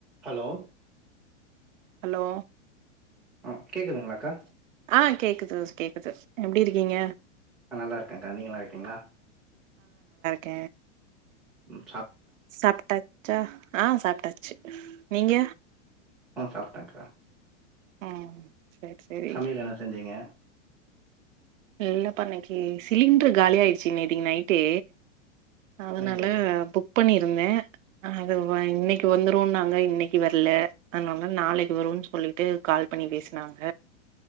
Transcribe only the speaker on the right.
ஹலோ
ஆ கேக்குது கேக்குது எப்டி இருக்கீங்க
க்க
சாப்ட்டாச்சா ஆ சாப்ட்டாச்சு நீங்க
ம் சேரி சேரி
இல்லப்பா இன்னக்கு சிலிண்டரு காலி ஆயிடுச்சு நேதக்கி நைட்டே அதனால
பு புக் பண்ணியிருந்தே அது இன்னைக்கு வந்துருனாங்க இன்னைக்கு வர்ல அனால நாளைக்கு வருனு சொல்லிட்டு கால் பண்ணி பேசினாங்க